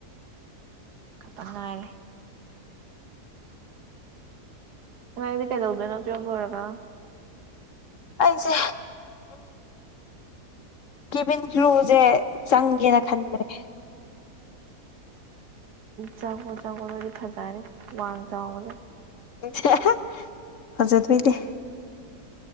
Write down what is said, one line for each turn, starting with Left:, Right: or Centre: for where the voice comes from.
Right: ꯈꯇꯪ ꯉꯥꯏꯔꯦ <inaudible> ꯅꯪꯗꯤ ꯀꯩꯗꯧꯗꯣꯏꯅꯣ ꯇꯨꯋꯦꯞ ꯂꯣꯏꯔꯒ
Left: <inaudible> ꯑꯩꯖꯦ ꯎꯝ ꯀꯦꯕꯤꯟ ꯀꯔꯤꯎꯖꯦ ꯆꯪꯒꯦꯅ ꯈꯟꯕꯅꯦ
Right: ꯆꯪꯉꯣ ꯆꯪꯉꯣ ꯅꯣꯏꯗꯤ ꯐꯖꯅꯤ ꯋꯥꯡ ꯆꯥꯎꯕꯅꯤ
Left: <unintelligible> ꯐꯖꯗꯣꯏꯅꯦ